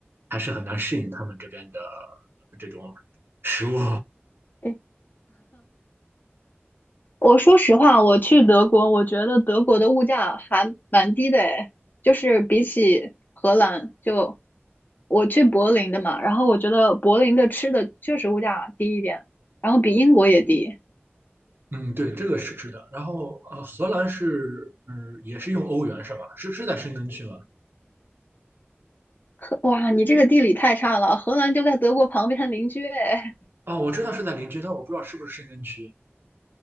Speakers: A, on the right; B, on the left.
A: 还是很难适应他们这边的这种食物。
B: 诶，我说实话，我去德国，我觉得德国的物价还蛮低的，诶，就是比起荷兰，就我去柏林的嘛，然后我觉得柏林的吃的确实物价低一点，然后比英国也低。
A: 嗯，对，这个是是的。然后呃，荷兰是嗯也是用欧元是吧？是是在申根区吗？
B: 荷哇，你这个地理太差了，荷兰就在德国旁边邻居，诶，
A: 啊、我知道是在邻居，但我不知道是不是申根区。